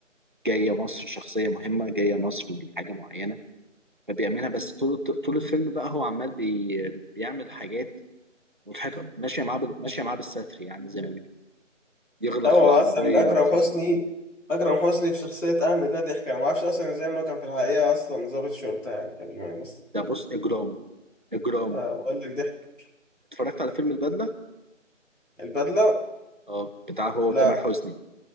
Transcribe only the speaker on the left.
لا هو
اصلا ده اكرم
حسني اكرم حسني في شخصيه امن ده ضحك انا ما اعرفش اصلا ازاي ما كان في الحقيقه اصلا ضابط شرطه يعني قبل ما يمثل
آه بقول لك ضحك
البدله
لا